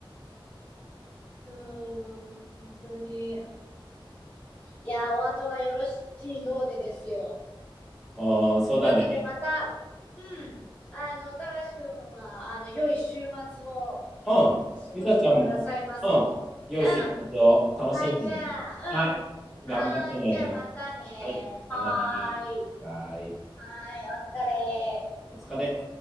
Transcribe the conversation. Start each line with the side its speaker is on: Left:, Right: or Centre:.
Left: うーん本当にいやお後がよろしいようでですよ
Centre: おー、そうだね。
Left: なのでまたうんあのたらしくんはあの良い週末を
Centre: うん。
Left: 過ごしてくださいませ。
Centre: りさちゃんも、うん。
Left: うん。
Centre: 良い週末を楽しんでね。
Left: はい、じゃあ、
Centre: はい。
Left: うん。
Centre: 頑張ってね。
Left: はーい、じゃあまたね。
Centre: はい。
Left: はーい。
Centre: さよなら。はい。
Left: はーい、お疲れ。
Centre: お疲れ。